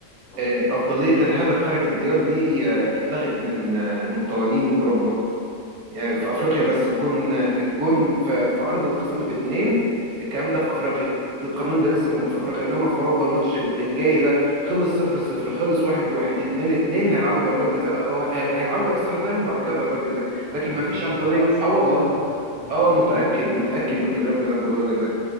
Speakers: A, on the left (about 65°); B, on the right (about 75°).
A: اتفضل
B: آه، أفضلية الهدف خارج الديار دي آه، اتلغت من آه، من قوانين أوروبا يعني في أفريقيا بس الجون آه، الجون في, في أرض الخصم باتنين الكلام ده في أفريقيا القانون ده لسه موجود في أفريقيا إنما في أوروبا الماتش الجاي ده خلص صفر صفر خلص واحد واحد اتنين اتنين هيلعبوا ضربات جزاء أو هي- هيلعبوا إكسترا تايم وبعد كده ضربات جزاء
A: ما
B: لكن
A: ما
B: مفيش
A: تهزرش
B: أفضلية سبحان أه الله
A: انت
B: والله
A: متأكد متأكد من المعلومة
B: أه سبحان الله
A: دي
B: متأكد متأكد من الكلام اللي أنا بقوله لك ده